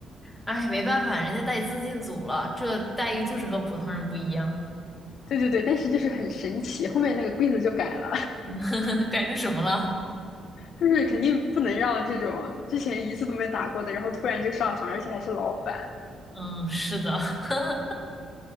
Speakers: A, in the centre; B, on the left (about 65°).
A: 哎，没办法，人家带资进组了，这待遇就是和普通人不一样，
B: <laughs> 对对对，但是就是很神奇，后面那个规则就改了。
A: <laughs> 改成什么了？
B: 就是肯定不能让这种之前一次都没打过的，然后突然就上场，而且还是老板
A: 嗯，是的，<laughs>